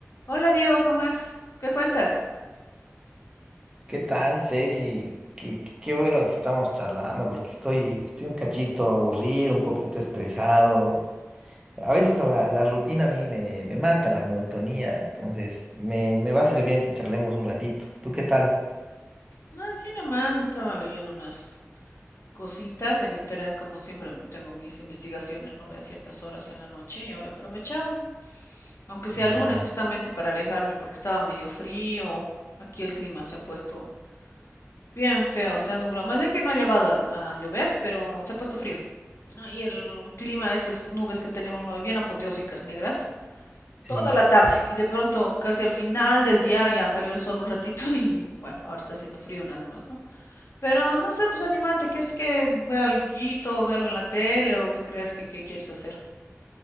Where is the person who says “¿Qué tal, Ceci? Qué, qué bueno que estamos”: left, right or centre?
Right